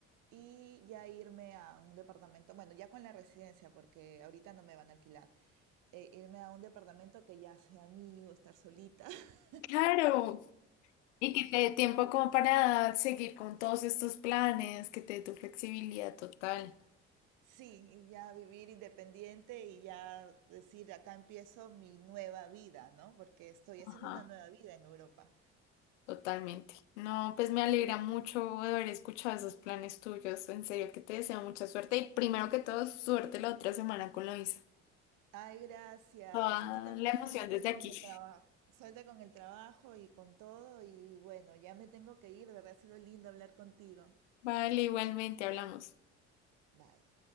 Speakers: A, on the right (about 65°); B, on the left (about 85°).
A: y ya irme a un departamento, bueno, ya con la residencia, porque ahorita no me van a alquilar, eh, irme a un departamento que ya sea mío, estar solita, <laughs>
B: Claro. Y que te dé tiempo como para seguir con todos estos planes, que te dé tu flexibilidad total.
A: sí, y ya vivir independiente y ya decir, acá empiezo mi nueva vida, ¿no? Porque estoy haciendo
B: Ajá.
A: una nueva vida en Europa.
B: Totalmente. No, pues me alegra mucho haber escuchado esos planes tuyos. En serio que te deseo mucha suerte y primero que todo, suerte la otra semana con la visa.
A: Ay, gracias.
B: Toda
A: A ti también,
B: la emoción
A: suerte
B: desde
A: con
B: aquí.
A: el trabajo.
B: <laughs>
A: Suerte con el trabajo y con todo. Y bueno, ya me tengo que ir. De verdad ha sido lindo hablar contigo.
B: Vale, igualmente hablamos.
A: Bye.